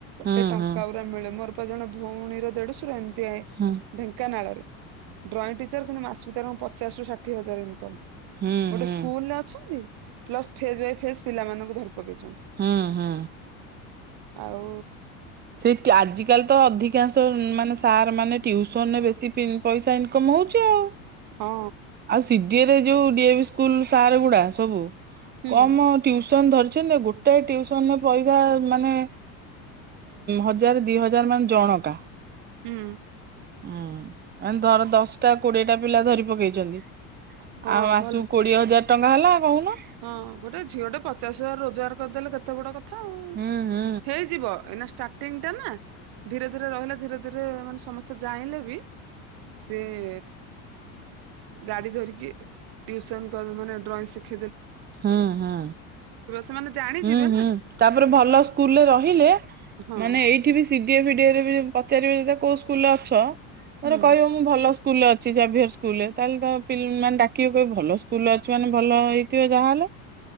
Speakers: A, on the right (about 25°); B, on the right (about 60°).
A: ହୁଁ
B: ସେ ଟଙ୍କା
A: ହୁଁ ହୁଁ ହୁଁ
B: ମିଳେ ମୋର ପା ଜଣେ ଭଉଣୀର ଦେଢଶୁର ଏମିତି ଆ
A: ହୁଁ ହୁଁ ହୁଁ
B: ଢେଙ୍କାନାଳରେ ଡ୍ରଇଂ ଟି ଚର କିନ୍ତୁ ମାସକୁ ତାର ପଚାଶ ରୁ ଷାଠିଏ ହଜାର ଇନକମ୍।
A: ହୁଁ
B: ଗୋଟେ
A: ହୁଁ
B: ସ୍କୁଲରେ ଅଛନ୍ତି ପ୍ଲସ୍ ଫେଜ୍ ବାଇ ଫେଜ୍ ପିଲାମାନଙ୍କୁ ଧରି ପକେଇଛନ୍ତି।
A: ହୁଁ ହୁଁ।
B: ଆଉ
A: ସେ ଆଜିକାଲି ତ ଅଧିକାଂଶ ମାନେ ସାର୍ ମାନେ ଟ୍ୟୁସନରେ ବେଶୀ ପଇସା ଇନକମ୍ ହଉଛି ଆଉ।
B: ହଁ।
A: ଆଉ ସିଡିଏରେ ଯୋଉ ଡିଏବି ସ୍କୁଲ୍ ସାର୍ ଗୁଡା ସବୁ
B: ହୁଁ
A: କମ ଟ୍ୟୁସନ୍ ଧରିଛନ୍ତି ଗୋଟେ ଟିଉସନ୍ ରେ ପଇସା ମାନେ ହଜାର ଦି ହଜାର ମାନେ ଜଣକା।
B: ହୁଁ।
A: ହୁଁ ମାନେ ଧର ଦଶଟା କୋଡିଏ ଟା ପିଲା ଧରି ପକେଇଛନ୍ତି।
B: ହଁ
A: ଆଉ ମାସକୁ
B: ଭଲ
A: କୋଡିଏ ହଜାର ଟଙ୍କା ହେଲା କହୁନ।
B: ହଁ ଗୋଟେ ଝିଅଟେ ପଚାଶ ହଜାର ରୋଜଗାର କରିଦେଲେ କେତେ ବଡ କଥା ଆଉ।
A: ହୁଁ ହୁଁ।
B: ହେଇଯିବ ଏଇନା ଷ୍ଟାର୍ଟିଙ୍ଗଟା ନା ଧୀରେ ଧୀରେ ରହିଲା ଧୀରେ ଧୀରେ ମାନେ ସମସ୍ତେ ଜାଣିଲେ ବି ସିଏ ଗାଡି ଧରିକି ଟ୍ୟୁସନ କରି ମାନେ ଡ୍ରଇଂ ଶିଖ
A: ହୁଁ ହୁଁ
B: ସେମାନେ ଜାଣିଯିବେ
A: ହୁଁ ହୁଁ,
B: ନା।
A: ତାପରେ ଭଲ ସ୍କୁଲରେ ରହିଲେ
B: ହଁ
A: ମାନେ ଏଇଠି ବି ସିଡିଏ ଫିଡିଏରେ ବି ପଚାରିବେ ଯଦି କୋଉ ସ୍କୁଲରେ ଅଛ?
B: ହୁଁ
A: ଧର କହିବ ମୁଁ ଭଲ ସ୍କୁଲରେ ଅଛି ଜାଭିୟର ସ୍କୁଲରେ ତାହେଲେ ତ ମାନେ ଡାକିବ କହିବେ ଭଲ ସ୍କୁଲ ଅଛି ମାନେ ଭଲ ହେଇ ଥିବେ ଯାହାହେଲେ